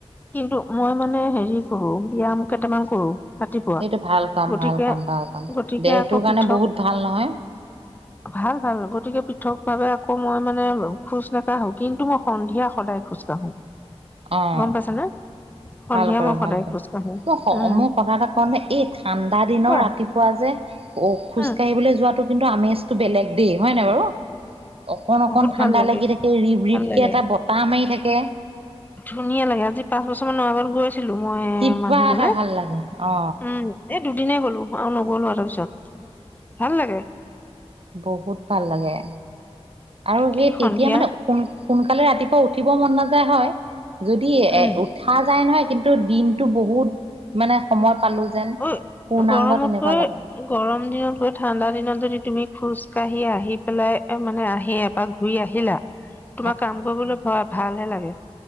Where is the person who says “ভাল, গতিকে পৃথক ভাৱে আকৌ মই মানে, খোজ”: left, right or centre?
Left